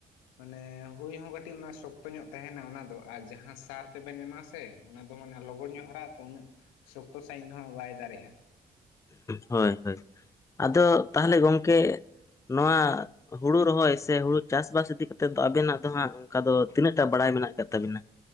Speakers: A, on the left (about 85°); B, on the left (about 15°).
A: ᱢᱟᱱᱮ ᱦᱩᱭ ᱦᱚᱸ ᱠᱟᱹᱴᱤᱡ ᱚᱱᱟ ᱥᱚᱠᱛᱚ ᱧᱚᱜ ᱛᱟᱦᱮᱱᱟ ᱚᱱᱟ ᱫᱚ ᱟᱨ ᱡᱟᱦᱟᱸ ᱥᱟᱨ ᱛᱮᱵᱮᱱ ᱮᱢᱟ ᱥᱮ ᱚᱱᱟ ᱫᱚ ᱢᱟᱱᱮ ᱞᱚᱜᱚᱱ ᱧᱚᱜ ᱦᱟᱨᱟᱜᱼᱟ ᱛᱚ ᱩᱱᱟᱹᱜ ᱥᱚᱠᱛᱚ ᱥᱟᱹᱦᱤᱡ ᱫᱚ‌ ᱦᱟᱸᱜ ᱵᱟᱭ ᱫᱟᱨᱮᱜᱼᱟ ᱾
B: ᱦᱳᱭ ᱦᱳᱭ ᱟᱫᱚ ᱛᱟᱦᱚᱞᱮ ᱜᱚᱝᱠᱮ ᱱᱚᱣᱟ, ᱦᱩᱲᱩ ᱨᱚᱦᱚᱭ ᱥᱮ ᱦᱩᱲᱩ ᱪᱟᱥᱵᱟᱥ ᱤᱫᱤ ᱠᱟᱛᱮᱫ ᱫᱚ ᱟᱵᱮᱱᱟᱜ ᱫᱚ ᱦᱟᱸᱜ ᱚᱱᱠᱟ ᱫᱚ ᱛᱤᱱᱟᱹᱜ ᱴᱟ ᱵᱟᱲᱟᱭ ᱢᱮᱱᱟᱜ ᱟᱠᱟᱫ ᱛᱟᱵᱤᱱᱟ?